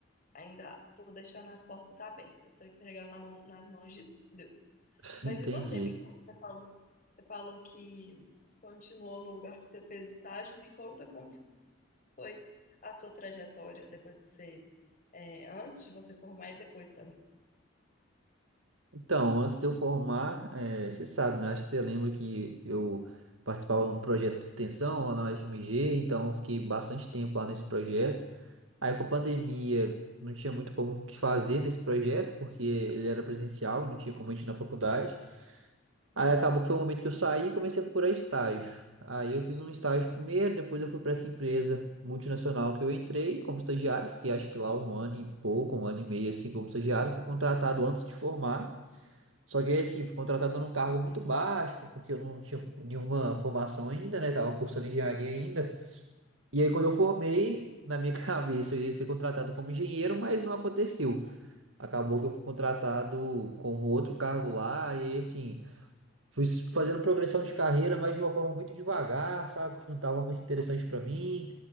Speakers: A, on the left; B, on the right.
A: Ainda tô deixando as portas abertas, tô entregando na mão- nas mãos de Deus.
B: <laughs>
A: Mas
B: entendi.
A: e você, me conta, você falou, você falou que continuou no lugar que você fez estágio. Me conta como foi a sua trajetória depois que você, é, antes de você formar e depois também.
B: Então, antes de eu formar, eh, você sabe, né? Acho que você lembra que eu participava de um projeto de extensão lá na UFMG, então eu fiquei bastante tempo lá nesse projeto. Aí com a pandemia não tinha muito como o que fazer nesse projeto, porque ele era presencial e não tinha como a gente ir na faculdade. Aí acabou que foi o momento que eu saí e comecei a procurar estágio. Aí eu fiz um estágio primeiro, depois eu fui para essa empresa multinacional que eu entrei como estagiário, fiquei acho que lá um ano e pouco, um ano e meio assim como estagiário, fui contratado antes de formar. Só que aí, assim, fui contratado num cargo muito baixo, porque eu não tinha nenhuma formação ainda, né? Tava cursando engenharia ainda. E aí, quando eu formei, na minha <laughs> cabeça, eu ia ser contratado como engenheiro, mas não aconteceu. Acabou que eu fui contratado como outro cargo lá, e aí, assim, Fui fazendo progressão de carreira, mas de uma forma muito devagar, sabe? que Não estava muito interessante para mim.